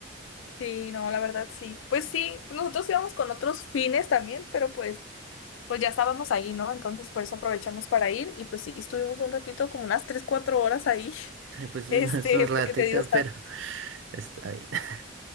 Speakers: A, on the left; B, on the right.
A: Sí, no, la verdad sí. Pues sí, nosotros íbamos con otros fines también, pero pues, pues ya estábamos ahí, ¿no? Entonces por eso aprovechamos para ir y pues sí, estuvimos un ratito, como unas 3 4 horas ahí. <laughs>
B: <laughs> Pues
A: Este,
B: no es un ratito,
A: porque te digo, está
B: pero está bien. <laughs>